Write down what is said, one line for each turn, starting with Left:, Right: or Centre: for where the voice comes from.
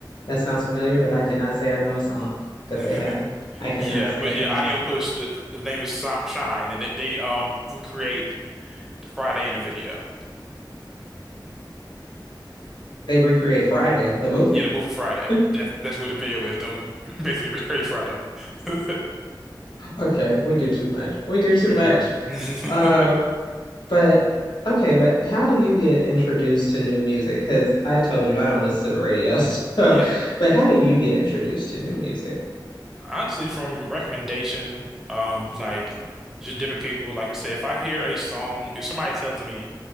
Left: That sounds familiar, but I cannot say I know a song that
Centre: <laughs>
Left: they have. I cannot
Centre: Yeah,
Left: say
Centre: but
Left: I didn't
Centre: yeah,
Left: know
Centre: Audio
Left: a song.
Centre: Push. The the name is Si- Shine, and they, they um recreate Friday in the video.
Left: They recreate Friday, the movie.
Centre: Yeah, the movie
Left: <laughs>
Centre: Friday. That that's what the video is. Them <laughs> basically recreate Friday. <laughs>
Left: Okay, we do too much. We do too
Centre: Mhm.
Left: much.
Centre: <laughs>
Left: Um, But okay, but how do you get introduced to new music? Because I told you I don't listen to the radio. <laughs> So,
Centre: Yeah.
Left: but how do you get introduced to new music?
Centre: Honestly, from recommendation, um, like just different people. Like I said, if I hear a song, if somebody tells me,